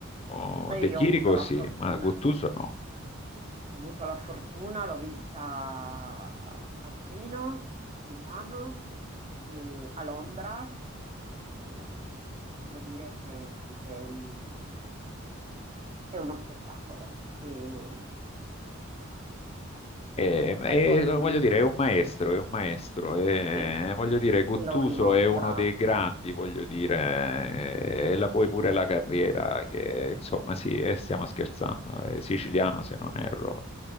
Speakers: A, on the left; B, on the right.
A: Oh,
B: e
A: De
B: io
A: Chirico
B: ho avuto la
A: sì,
B: fortuna
A: ma Guttuso no.
B: Ho avuto la fortuna, l'ho vista a, a Torino, a Milano, e a Londra e devo dire che sì, è un- è uno spettacolo. E,
A: E, e,
B: ecco, mm,
A: voglio dire, è un maestro, è un maestro, e,
B: sì,
A: voglio
B: sì,
A: dire, Guttuso
B: E lo quello è vero, dimostra.
A: è uno dei grandi, voglio dire, e e la poi pure la carriera, che insomma sì, eh, stiamo scherzando, è siciliano se non erro,